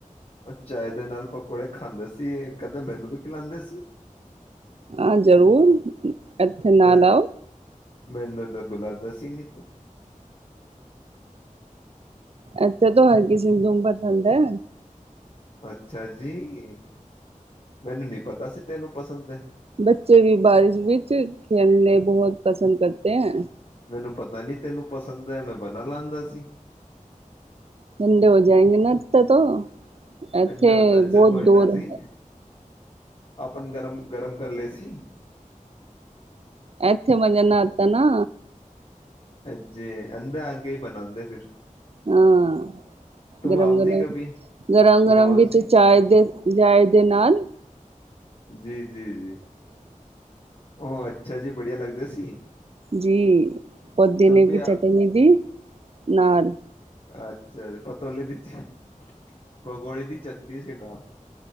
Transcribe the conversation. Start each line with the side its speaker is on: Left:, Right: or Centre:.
Left: ਉਹ ਚਾਏ ਦੇ ਨਾਲ ਪਕੌੜੇ ਖਾਂਦੇ ਸੀ ਏ, ਕਦੇ ਮੈਨੂੰ ਵੀ ਖਿਲਾਦੇ ਸੀ?
Right: ਹਾਂ ਜ਼ਰੂਰ ਇੱਥੇ ਨਾਲ
Left: ਮੈਂ
Right: ਆਉ।
Left: ਮੈਨੂੰ ਤਾਂ ਬੁਲਾਦਾ ਸੀ ਨੀ ਤੂੰ।
Right: ਐਥੇ ਤੋਂ ਹਰ ਕਿਸੀ ਨੂੰ ਪਸੰਦ ਐ।
Left: ਅੱਛਾ ਜੀ, ਮੈਨੂੰ ਨੀ ਪਤਾ ਸੀ ਤੈਨੂੰ ਪਸੰਦ ਐ।
Right: ਬੱਚੇ ਵੀ ਬਾਰਿਸ਼ ਵਿੱਚ ਖੇਲਨੇ ਬੋਹਤ ਪਸੰਦ ਕਰਤੇ ਐ।
Left: ਮੈਨੂੰ ਪਤਾ ਨੀ ਤੈਨੂੰ ਪਸੰਦ ਹੈ ਮੈਂ ਬਨਾ ਲਾਦਾ ਸੀ।
Right: ਠੰਡੇ ਹੋ ਜਾਏਗੇੇ ਨਾ ਇੱਥੇ ਤੋਂ ਐਥੇ
Left: ਠੰਡੇ ਹੁੰਦਾ ਜਿਸ
Right: ਬੋਹਤ
Left: ਕੋਈ
Right: ਦੂਰ
Left: ਨਾ ਜੀ
Right: ਐ।
Left: ਆਪਨ ਗਰਮ-ਗਰਮ ਕਰ ਲਏ ਸੀ।
Right: ਐਥੇ ਮਜ਼ਾ ਨਾ ਆਤਾ ਨਾ।
Left: ਅਜੇ ਏਦੇ ਆਕੇ ਹੀ ਬਣਾਂਦੇ ਫਿਰ।
Right: ਹਾਂ
Left: ਤੁਮ
Right: ਗਰਮ-ਗਰਮ,
Left: ਆਓ ਜੀ ਕਭੀ
Right: ਗਰਮ-ਗਰਮ
Left: ਤੁਮ ਆਓ
Right: ਵਿੱਚ
Left: ਜੀ
Right: ਚਾਏ ਦੇ ਚਾਏ ਦੇ ਨਾਲ।
Left: ਜੀ-ਜੀ, ਜੀ ਉਹ ਅੱਛਾ ਜੀ ਬੜੀਆ ਲੱਗਦੇ ਸੀ।
Right: ਜੀ ਪੁਦੀਨੇ
Left: ਤੁਮ ਵੀ
Right: ਕੀ
Left: ਆ-
Right: ਚਟਨੀ ਦੀ ਨਾਲ।
Left: ਅੱਛਾ ਪਤੋਲੇ ਦੀ ਚਟ ਪਕੌੜੇ ਦੀ ਚਟਨੀ ਸੀ ਨਾਲ।